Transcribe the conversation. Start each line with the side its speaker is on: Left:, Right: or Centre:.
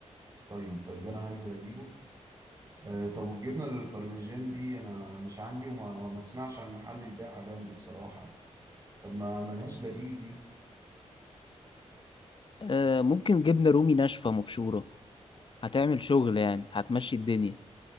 Right: طيب طيب ده انا هنزل اجيبه آه طب والجبنه البارميجان دي انا مش عندي وما ما اسمعش عن محل بيبيعها جنبي بصراحه يعني طب ما ملهاش بديل دي
Left: آه ممكن جبنة رومي ناشفة مبشورة هتعمل شغل يعني هتمشي الدنيا